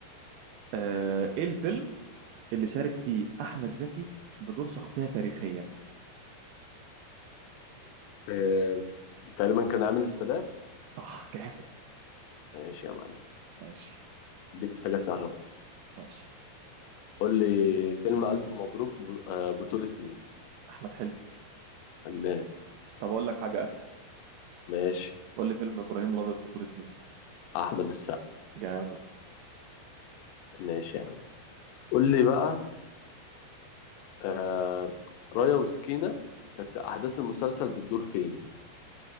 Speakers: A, on the right (about 80°); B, on the left (about 80°).
A: آه ايه الفيلم اللي شارك فيه احمد زكي بدور شخصيه تاريخيه
B: آه تقريبا كان عامل السادات
A: صح جامد
B: ماشي يا معلم
A: ماشي
B: اديك حاجه سهله برضه
A: ماشي
B: قول لي فيلم الف مبروك ب- آه، بطوله مين
A: احمد حلمي
B: فنان
A: طب اقول لك حاجه اسهل
B: ماشي
A: قول لي فيلم ابراهيم الابيض بطوله مين
B: احمد السقا
A: جامد
B: ماشي يا عم قول لي بقى آه رايا وسكينة كانت أحداث المسلسل بتدور فين؟